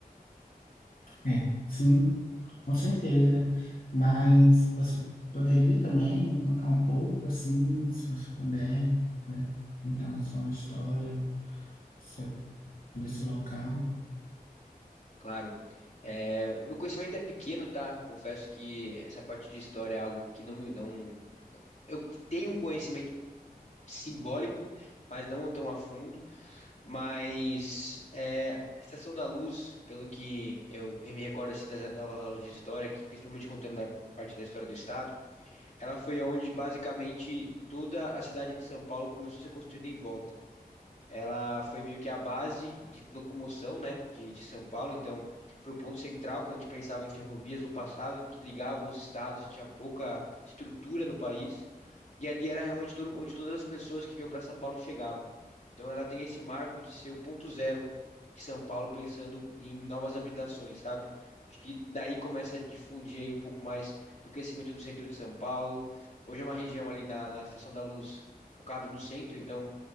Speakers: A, on the left; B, on the left.
A: É, sim, Com certeza. Mas você poderia também me contar um pouco, assim, se você puder, né, em relação à história se- desse local?
B: Claro. É, meu conhecimento é pequeno, tá? Confesso que essa parte de história é algo que não me, não eu tenho um conhecimento simbólico, mas não tão a fundo. Mas é, a Estação da Luz, pelo que eu me recordo assim, das, das aulas de história, que principalmente contando da parte da história do Estado, ela foi onde basicamente toda a cidade de São Paulo começou a ser construída em volta. Ela foi meio que a base de locomoção, né, de, de São Paulo. Então, foi o ponto central quando a gente pensava em ferrovias no passado, que ligavam os estados e tinha pouca estrutura no país. E ali era realmente todo, onde todas as pessoas que vinham para São Paulo chegavam. Então, ela tem esse marco de ser o ponto zero de São Paulo, pensando em novas habitações, sabe? Acho que daí começa a difundir aí um pouco mais do crescimento do centro de São Paulo. Hoje é uma região ali na, na Estação da Luz focada no centro, então.